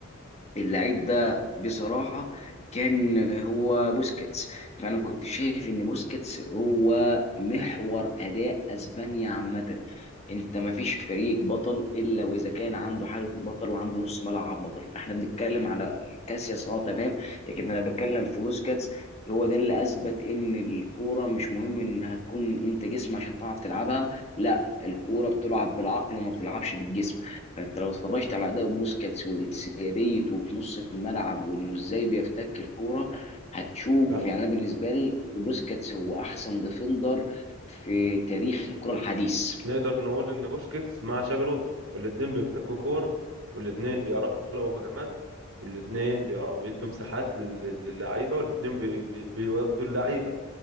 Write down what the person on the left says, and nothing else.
اللعيب ده بصراحة كان هو بوسكيتس فأنا كنت شايف إن بوسكيتس هو محور أداء أسبانيا عامة أنت مفيش فريق بطل إلا وإذا كان عنده حارس بطل وعنده نص ملعب بطل فإحنا بنتكلم على كاسياس أه تمام لكن أنا بتكلم في بوسكيتس هو ده اللي أثبت إن الكورة مش مهم إنها تكون أنت جسم عشان تعرف تلعبها لا الكورة بتلعب بالعقل وما بتلعبش بالجسم انت لو اتفرجت على اداء بوسكاتس وانسيابيته في نص الملعب وانه ازاي بيفتك الكوره هتشوف
يعني انا بالنسبه لي بوسكاتس هو احسن ديفندر في تاريخ الكره الحديث